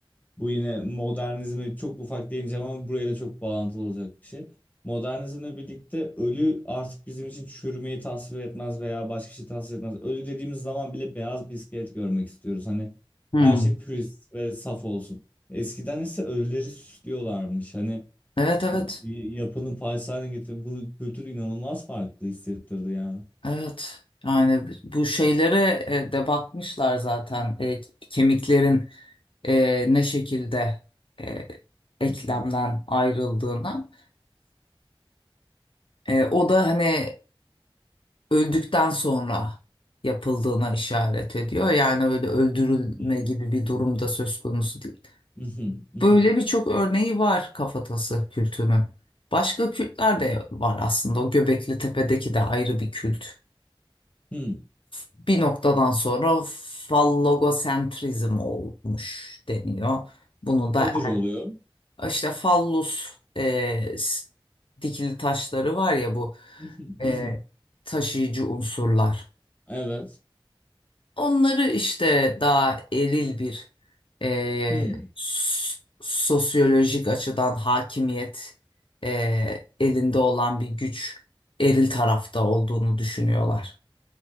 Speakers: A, on the left; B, on the left.
A: Bu yine modernizme çok ufak değineceğim ama buraya da çok bağlantılı olacak bir şey. Modernizmle birlikte ölü artık bizim için çürümeyi tasvir etmez veya başka şey tasvir etmez. Ölü dediğimiz zaman bile beyaz bir iskelet görmek istiyoruz. Hani
B: Hmm.
A: her şey pürist ve saf olsun. Eskiden ise ölüleri süslüyorlarmış. Hani
B: Evet evet
A: bir yapının parçası haline getirip bu kültür inanılmaz farklı hissettirdi ya.
B: evet yani bu şeylere e, de bakmışlar zaten E, kemiklerin e, ne şekilde e, eklemden
A: Mhm.
B: ayrıldığına E, o da hani öldükten sonra yapıldığına işaret ediyor yani öyle öldürülme
A: <laughs>
B: gibi bir durumda söz konusu değil.
A: Hmm. Mhm.
B: Böyle
A: Mhm.
B: birçok örneği var kafatası kültünün. Başka kültler de var aslında o Göbekli Tepe'deki de ayrı bir kült.
A: Hmm.
B: bir noktadan sonra fallogosentrizm olmuş deniyor. Bunu da
A: Nedir oluyor? <laughs>
B: işte fallus e, s- dikili taşları var ya bu
A: Mhm. Mhm.
B: e, taşıyıcı unsurlar.
A: Evet.
B: Onları işte daha eril bir e,
A: hmm
B: s- sosyolojik açıdan hakimiyet e, elinde olan bir güç eril tarafta olduğunu düşünüyorlar.